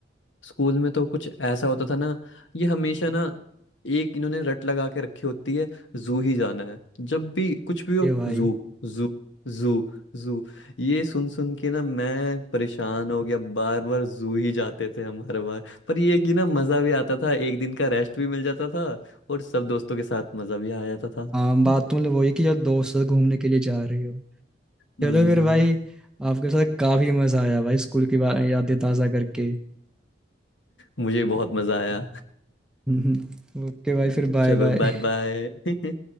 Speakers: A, on the left (about 80°); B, in the centre.
A: स्कूल में तो कुछ ऐसा होता था ना ये हमेशा ना एक इन्होंने रट लगा के रखी होती है जू ही जाना है जब भी कुछ भी हो
B: ये भाई
A: जू जू जू जू ये सुन सुन के ना मैं परेशान हो गया बार बार जू ही जाते थे हम हर बार पर ये कि ना मजा भी आता था एक दिन का रेस्ट भी मिल जाता था और सब दोस्तों के साथ मजा भी आ जाता था
B: हाँ बात
A: <laughs>
B: तो मतलब वही कि जब दोस्त से घूमने के लिए जा रहे हो
A: हम्म
B: चलो फिर भाई आपके साथ काफी मजा आया भाई स्कूल की बा- यादें ताजा करके
A: मुझे बहुत मजा आया
B: <laughs> ओके भाई
A: <laughs>
B: फिर बाय
A: चलो
B: बाय
A: बाय बाय <laughs>